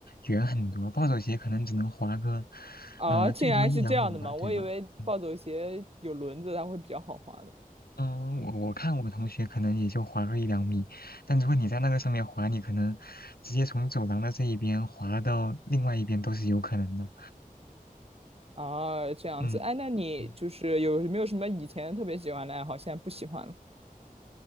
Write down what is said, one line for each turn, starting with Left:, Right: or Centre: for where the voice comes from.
Left: 远很多。暴走鞋可能只能滑个，
Right: 啊，
Left: 呃，
Right: 竟然是这样的吗？
Left: 最多一两米吧，
Right: 我以为暴走鞋有轮子，
Left: 对吧？嗯
Right: 它会比较好滑呢。
Left: 嗯，我我看我同学可能也就滑个一两米，但如果你在那个上面滑，你可能直接从走廊的这一边滑到另外一边都是有可能的。
Right: 啊，这样子，
Left: 嗯嗯，
Right: 哎，那你就是有没有什么以前特别喜欢的爱好，现在不喜欢了？